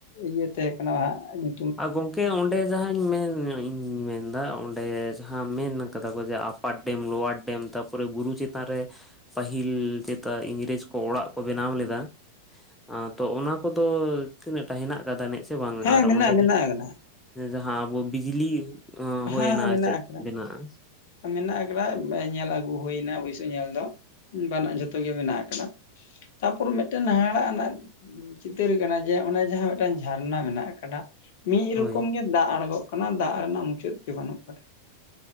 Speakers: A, on the left; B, in the centre.
A: ᱤᱭᱟᱹ ᱛᱟᱦᱮᱸ ᱠᱟᱱᱟ ᱦᱟᱸᱜ ᱧᱩ
B: ᱟ ᱜᱚᱝᱠᱮ ᱚᱸᱰᱮᱼᱼ ᱡᱟᱦᱟᱸᱧ ᱢᱮᱱ ᱧᱚᱜ ᱤᱧ ᱢᱮᱱᱫᱟ ᱚᱸᱰᱮ ᱡᱟᱦᱟᱸ ᱢᱮᱱ ᱠᱟᱫᱟ ᱠᱚ ᱡᱮ ᱟᱯᱟᱴᱼᱼ ᱰᱮᱢ ᱞᱳᱣᱟᱨ ᱰᱮᱢ ᱛᱟᱯᱚᱨᱮ ᱵᱩᱨᱩ ᱪᱮᱛᱟᱱ ᱨᱮᱼᱼ ᱯᱟᱹᱦᱤᱞ ᱛᱮᱫᱚ ᱤᱝᱨᱮᱡᱽ ᱠᱚ ᱚᱲᱟᱜ ᱠᱚ ᱵᱮᱱᱟᱣ ᱞᱮᱫᱟ᱾ ᱟᱸ ᱛᱚ ᱚᱱᱟ ᱠᱚᱫᱚ ᱛᱤᱱᱟᱹᱜᱴᱟ ᱦᱮᱱᱟᱜ ᱠᱟᱫᱟ ᱱᱮᱡ ᱥᱮ ᱵᱟᱝ
A: ᱦᱮᱸ
B: ᱟᱨ
A: ᱢᱮᱱᱟᱜ
B: ᱚᱸᱰᱮᱼᱼ
A: ᱢᱮᱱᱟᱜ ᱟᱠᱟᱫᱟ
B: ᱡᱟᱦᱟᱸ ᱟᱵᱚ ᱵᱤᱡᱽᱞᱤ ᱟᱸ ᱦᱚᱭᱮᱱᱟ
A: ᱦᱮᱸ ᱦᱮᱸ ᱢᱮᱱᱟᱜ
B: ᱪᱮᱫ
A: ᱟᱠᱟᱫᱟ
B: ᱢᱮᱱᱟᱜᱼᱟ?
A: ᱢᱮᱱᱟᱜ ᱟᱠᱟᱫᱟ ᱧᱮᱞ ᱟᱹᱜᱩ ᱦᱩᱭᱱᱟ ᱵᱩᱭᱥᱟᱹ ᱧᱮᱞ ᱫᱚ ᱵᱟᱱᱟᱜ ᱡᱚᱛᱚ ᱜᱮ ᱢᱮᱱᱟᱜ ᱟᱠᱟᱫᱟ᱾ ᱛᱟᱯᱚᱨ ᱢᱤᱫᱴᱮᱱ ᱦᱟᱦᱟᱲᱟᱜ ᱱᱟᱜᱼᱼ ᱪᱤᱛᱟᱹᱨ ᱠᱟᱱᱟ ᱡᱮ ᱚᱱᱮ ᱡᱟᱦᱟᱸ ᱢᱤᱫᱴᱟᱝ ᱡᱷᱟᱨᱱᱟ ᱢᱮᱱᱟᱜ ᱚᱠᱟ ᱴᱟᱜ ᱢᱤᱫ
B: ᱦᱳᱭ
A: ᱨᱚᱠᱚᱢ ᱜᱮ ᱫᱟᱜ ᱟᱬᱜᱚᱜ ᱠᱟᱱᱟ ᱫᱟᱜ ᱨᱮᱱᱟᱜ ᱢᱩᱪᱟᱹᱫ ᱜᱮ ᱵᱟᱹᱱᱩᱜ ᱟᱠᱟᱫᱟ᱾